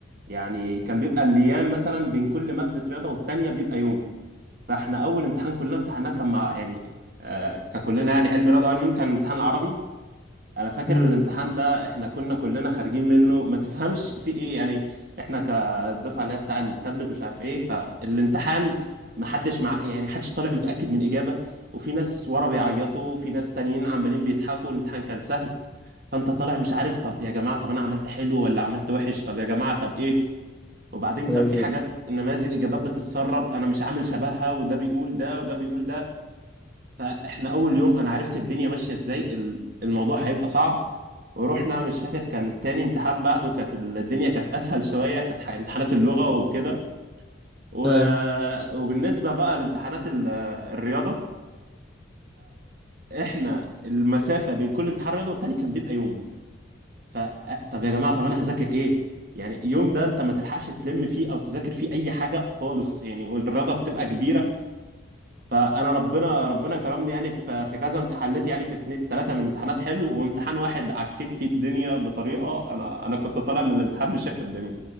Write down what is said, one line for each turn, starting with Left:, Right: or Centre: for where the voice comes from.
Right: يعني كان بيبقى الايام مثلا بين كل مادة رياضة والتانية بيبقى يوم فاحنا اول امتحان كلنا امتحناه كان مع يعني آه ككلنا يعني علم رياضة وعلم علوم كان امتحان العربي انا فاكر
Centre: امم
Right: الامتحان ده احنا كنا كلنا خارجين منه ما تفهمش في ايه يعني احنا كالدفعه اللي هي بتاع التابلت مش عارف ايه فالامتحان ما حدش مع يعني حدش طالع متاكد من اجابه وفي ناس ورا بيعيطوا وفي ناس تانيين عمالين بيضحكوا الامتحان كان سهل فانت طالع مش عارف طب يا جماعه طب انا عملت حلو ولا عملت وحش طب يا جماعه طب ايه وبعدين كان
Centre: ايوه
Right: في حاجات نماذج اجابات بتتسرب انا مش عامل شبهها وده بيقول ده وده بيقول ده فاحنا اول يوم انا عرفت الدنيا ماشيه ازاي ال- الموضوع هيبقى صعب ورحنا مش فاكر كان تاني امتحان بعده كانت ال- الدنيا كانت اسهل شويه كانت ح- امتحانات اللغه وكده و...
Centre: ايوه
Right: وبالنسبه بقى لامتحانات ال- الرياضه فاحنا المسافه بين كل امتحان رياضه والتاني كان بيبقى يوم ف طب يا جماعه طب انا هذاكر ايه يعني يوم ده انت ما تلحقش تلم فيه او تذاكر فيه اي حاجه خالص يعني والرياضه بتبقى كبيره فانا ربنا ربنا كرمني يعني في في كذا امت- حليت يعني في اتنين في ثلاثه من امتحانات حلو وامتحان واحد عكيت فيه الدنيا بطريقه انا انا كنت طالع من الامتحان مش شايف قدامي